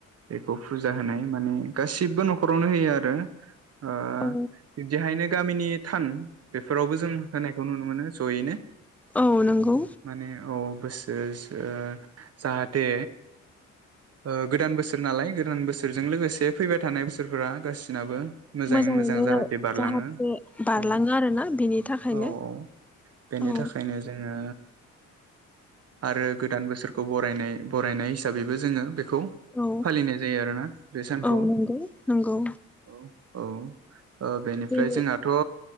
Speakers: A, on the right (about 55°); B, in the centre.
A: बेखौ फुजा होनाय माने गासिबो न'खरावनो होयो आरो ओ
B: औ
A: बिब्दिहायनो गामिनि थान बेफोरावबो जों होनायखौ नुनो मोनो ज'यैनो
B: औ नंगौ
A: माने औ <unintelligible> जाहाथे ओ गोदान बोसोर नालाय गोदान बोसोरजों लोगोसे फैबाय थानाय बोसोरफोरा गासिनाबो मोजाङै
B: मोजाङैनो
A: मोजां जाहाथे बारलाङो
B: जाहाथे बारलाङो
A: अ
B: आरोना बिनि थाखायनो
A: औ औ बेनि
B: औ
A: थाखायनो जोङो आरो गोदान बोसोर खौ बरायनाय बरायनाय हिसाबैबो जोङो बे खौ
B: औ
A: फालिनाय जायो आरोना बे सानखौ
B: औ नंगौ नंगौ
A: औ औ ओ बेनिफ्राय
B: बेनि
A: जोंहाथ'